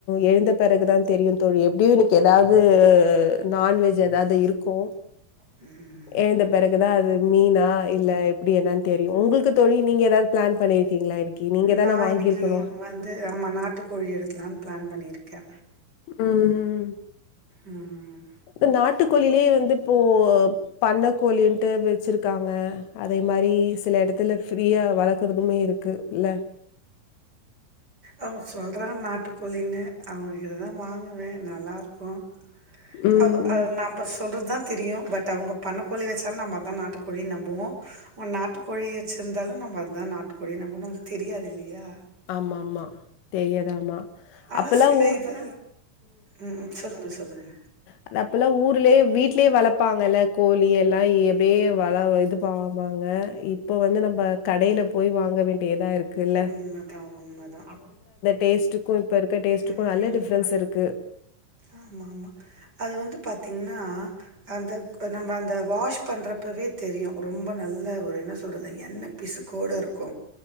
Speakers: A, on the left (about 80°); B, on the right (about 20°).
A: எழுந்த பிறகுதா தெரியு தோழி எப்டியு இன்னிக் எதாது நான்வெஜ் ஏதாது இருக்கு
B: ம்
A: எழுந்த பிறகுதா அது மீனா இல்ல எப்டி என்னனு தெரியு உங்களுக்கு தோழி நீங்க எதாது பிளான் பண்ணியிருக்கீங்ளா இன்னிக்கி நீங்க
B: நா
A: தானே வாங்கியிருக்கணும்.
B: இன்னிக்கி வந்து ஆமா நாட்டு கோழி எடுக்கலான்னு பிளான் பண்ணியிருக்கே
A: ம்
B: ம்
A: இந்த நாட்டுக்கோழிலயே வந்து இப்போ பண்ணக்கோழின்டு வெச்சிருக்காங்க அதேமாரி சில எடத்துல ஃப்ரீயா வளக்கறதுமே இருக்கு இல்ல
B: அவுங்க சொல்றா நாட்டுக்கோழின்னு அவுங்ககிட்ட தா வாங்குவே நல்லாயிருக்கும்
A: ம்,
B: அவ் அ
A: ம்.
B: நா பஸ் சொல்றதா தெரியு பட் அவுங்க பண்ணக்கோழி வெச்சாலு நம்ம அதா நாட்டுக்கோழினு நம்புவோ அவ நாட்டுக்கோழி வெச் ருந்தாலும் நம்ம அதுதா நாட்டுக்கோழி நம்பனோ அது தெரியாது இல்லயா
A: ஆமாமா. தெரியாது ஆமா.
B: ஆனா
A: அப்பல்லாம்
B: சில
A: உ
B: இது ம் சொல்லுங்க சொல்லுங்க
A: அது அப்பல்லா ஊர்லேயே வீட்லேயே வளப்பாங்கல்ல கோழி எல்லா எப்டே வள இது ப பாங்க இப்ப வந்து நம்ம கடையில போய் வாங்க வேண்டியதா இருக்கு இல்ல
B: உண்மதா உண்மதா
A: டேஸ்ட்டுக்கு இப்ப இருக்க டேஸ்ட்டுக்கு
B: ம்
A: நல்ல டிஃப்ரென்ஸ் இருக்கு
B: ஆமாம்மா அது வந்து பாத்தீங்னா அந்த நம்ம அந்த வாஷ் பண்றப்பவே தெரியு ரொம்ப நல்ல ஒரு என்ன சொல்றது எண்ண பிசுக்கோட இருக்கும்